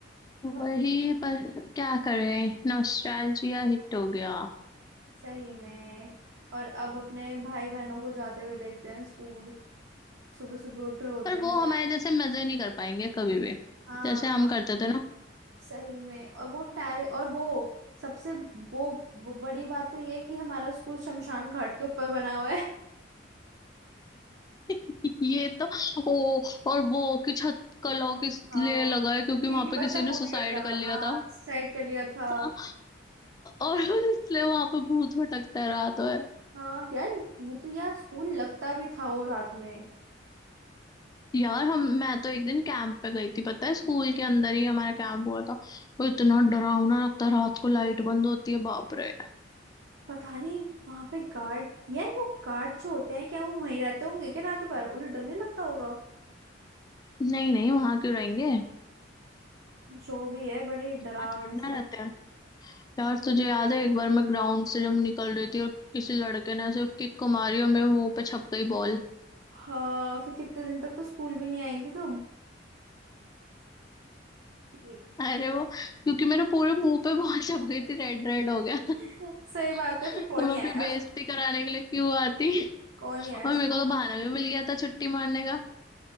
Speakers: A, on the right; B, on the left.
A: बहुत
B: वही पर क्या करें नॉस्टैल्जिया हिट हो गया
A: सही में और अब अपने भाई बहनों को जाते हुए देखते हैं स्कूल सुबह सुबह उठ रहे होते
B: पर
A: हैं
B: वो
A: जाने
B: हमारे जैसे मजे नहीं कर पाएंगे कभी भी
A: हाँ
B: जैसे हम करते थे ना
A: सही में और वो टैरे और वो सबसे वो, वो बड़ी बात तो ये है कि हमारा स्कूल शमशान घाट के ऊपर बना हुआ है
B: <laughs> ये तो ओ और वो कि छत का लॉक इसलिए
A: हाँ
B: लगा है क्योंकि
A: क्योंकि
B: वहां पे
A: बच्चा
B: किसी
A: कूद
B: ने सुसाइड
A: गया था
B: कर लिया
A: हाँ
B: था
A: साइड कर लिया था
B: हाँ, और <laughs> इसलिए वहां पे भूत भटकता है रात है
A: हाँ यार वो तो यार स्कूल लगता भी था वो रात में
B: यार हम मैं तो एक दिन कैंप पे गई थी पता है स्कूल के अंदर ही हमारा कैंप हुआ था वो इतना डरावना लगता है रात को लाइट बंद होती है बाप रे
A: पता नहीं वहां पे गार्ड यार वो गार्ड जो होते हैं क्या वो वहीं रहते होंगे क्या रात भर उन्हें डर नहीं लगता होगा
B: नहीं नहीं वहां क्यों रहेंगे
A: जो भी है बड़े
B: वहां
A: डरावने
B: थोड़ी
A: से
B: ना
A: लगता
B: रहते
A: है
B: हैं यार तुझे याद है एक बार मैं ग्राउंड से जब निकल रही थी और किसी लड़के ने ऐसे किक को मारी और मेरे मुंह पे छप गई बॉल
A: हाँ फिर कितने दिन तक तो स्कूल भी नहीं आई थी तुम ये-
B: अरे वो क्योंकि मेरे पूरे मुंह पे बॉल छप गई थी रेड रेड हो गया
A: <laughs> सही बात
B: <laughs>
A: है फिर कौन
B: तो मैं
A: ही
B: अपनी
A: आया यार
B: बेइज्जती कराने के लिए क्यों आती
A: कौन
B: और
A: यार इसको
B: मेरे को तो बहाना भी मिल गया था छुट्टी मारने का